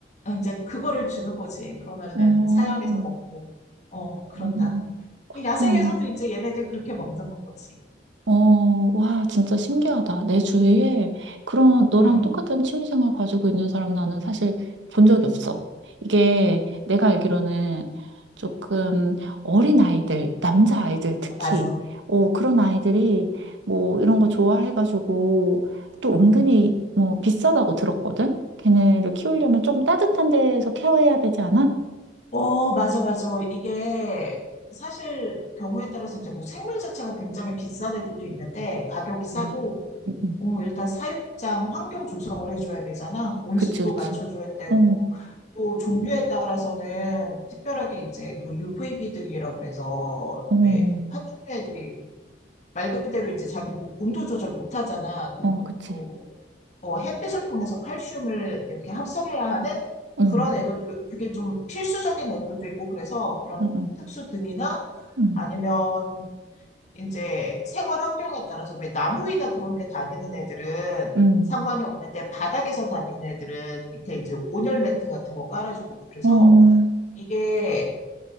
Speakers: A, on the left (about 40°); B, on the right (about 85°).
A: 이제 그거를 주는 거지. 그러면은
B: 어,
A: 사양해서 먹고, 어, 그런다.
B: 음, 그렇구나.
A: 근데 야생에서도 이제 얘네들 그렇게 먹는 거지.
B: 어, 와, 진짜 신기하다. 내 주위에 그런 너랑
A: 응, 응.
B: 똑같은 취미생활 가지고 있는 사람 나는 사실 본 적이 없어. 이게 내가 알기로는 조금 어린 아이들, 남자 아이들
A: 아,
B: 특히,
A: 맞아.
B: 어, 그런 아이들이 뭐 이런 거 좋아해가지고 또 은근히 뭐 비싸다고 들었거든? 걔네를 키우려면 좀 따뜻한 데서 케어해야 되지 않아?
A: 어, 맞아, 맞아. 이게 사실 경우에 따라서 이제 뭐 생물 자체가 굉장히 비싼 애들도 있는데 가격이
B: 음.
A: 싸도
B: 음.
A: 어, 일단 사육장 환경 조성을 해줘야 되잖아. 온습도
B: 그치, 그치.
A: 맞춰줘야 되고
B: 어,
A: 또 종류에 따라서는 특별하게 이제 그 UVB 등이라고 그래서
B: 어,
A: 왜 파충류 애들이 말 그대로 이제 자기 뭐 온도 조절 못 하잖아. 그리고
B: 어, 그치.
A: 또, 어, 햇빛을 통해서 칼슘을 이렇게 합성해야 하는
B: 응.
A: 그런 애들도, 그게 좀 필수적인 애들도 있고, 그래서 그런
B: 응,
A: 특수 등이나
B: 응,
A: 아니면 이제 생활 환경에 따라서 왜 나무 위나 그런 데 다니는 애들은
B: 응,
A: 상관이 없는데 바닥에서 다니는 애들은 밑에 이제 온열 매트 같은 거 깔아주고 그래서
B: 응.
A: 이게